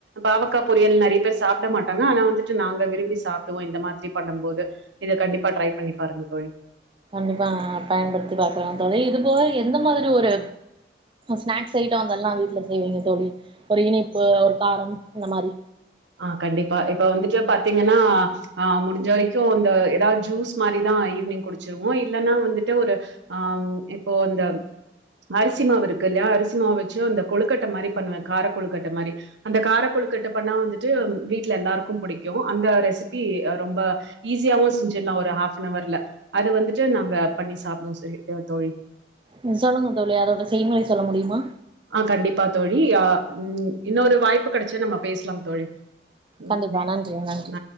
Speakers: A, on the right; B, on the right.
A: பாவக்கா பொரியல் நறைய பேர் சாப்ட மாட்டாங்க ஆனா வந்துட்டு நாங்க விரும்பி சாப்டுவோ இந்த மாரி பண்ணும் போது இதை கண்டிப்பா ட்ரை பண்ணி பாருங்க தோழி
B: கண்டிப்பா பயன்படுத்தி பாக்குற தோழி இது போல எந்த மாதிரி ஒரு ஸ்நாக்ஸ் ஐட்டோ அது எல்லா வீட்டுல செய்வீங்க தோழி ஒரு இனிப்பு ஒரு காரம் இந்த மாரி
A: ஆஹ் கண்டிப்பா இப்ப வந்துட்டு பாத்தீங்கனா ஆ முடிஞ்ச வரைக்கோ அந்த ஏதாவது ஜூஸ் மாரிதா ஈவினிங் குடிச்சிருவோ இல்லனா வந்துட்டு ஒரு ஆ இப்போ அந்த அரிசி மாவு இருக்கு இல்லயா அரிசி மாவ வச்சு அந்த கொழுக்கட்டை மாரி பண்ணுவே கார கொழுக்கட்டை மாரி அந்த காரக்குழுக்கட்டை பண்ணா வந்துட் ட்டு வீட்டுல எல்லாருக்கோ பிடிக்கோ அந்த ரெசிபி ரொம்ப ஈஸியாவோ செஞ்சிலா ஒரு ஹாஃபன் அவர்ல அது வந்துட்டு நாங்க பண்ணி சாப்டுவோ தோழி தோழி
B: ம் சொல்லங்க தோழி அதோட செய்முறை சொல்ல முடியுமா
A: ஆஹ் கண்டிப்பா தோழிஹ் உம் இன்னொரு வாய்ப்பு கிடைச்சா நம்ம பேசலாம் தோழி
B: கண்டிப்பா
A: ம் நே
B: நன்றி நன்றி
A: ந